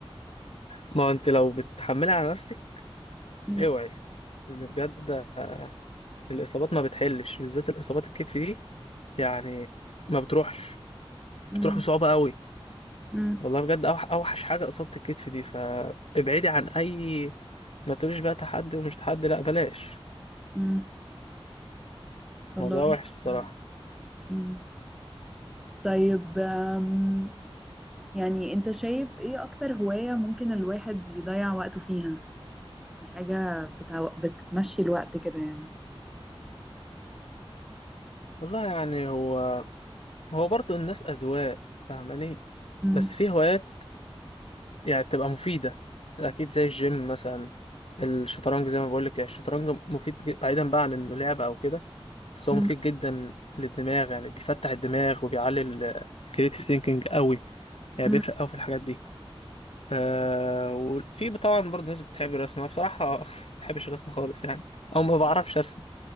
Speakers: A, on the left; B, in the centre.
A: ما هو انت لو بتحملها على نفسك
B: مم.
A: اوعي لأن بجد آه، الاصابات ما بتحلش بالذات الاصابات الكتف دي يعني ما بتروحش
B: مم.
A: بتروح بصعوبه قوي
B: مم.
A: والله بجد أوح... اوحش حاجه اصابه الكتف دي فابعدي عن اي ما تقوليش بقى تحدي ومش تحدي لا بلاش
B: مم. والله
A: الموضوع وحش الصراحه
B: مم. مم. طيب آم، يعني انت شايف ايه اكتر هواية ممكن الواحد يضيع وقته فيها يعني حاجة بتعو... بتمشي الوقت كده يعني
A: والله يعني هو هو برضه الناس اذواق فاهماني
B: مم.
A: بس في هوايات يعني بتبقى مفيدة أكيد زي الجيم مثلا الشطرنج زي ما بقولك يعني الشطرنج مفيد ج- بعيدا بقى عن إنه لعبة أو كده بس هو
B: مم.
A: مفيد جدا للدماغ يعني بيفتح الدماغ وبيعلي الكريتيف ثينكينج قوي يعني
B: مم.
A: بيفرق قوي في الحاجات دي آه وفي طبعا برضه ناس بتحب الرسم أنا بصراحة <laughs> ما بحبش الرسم خالص يعني أو ما بعرفش أرسم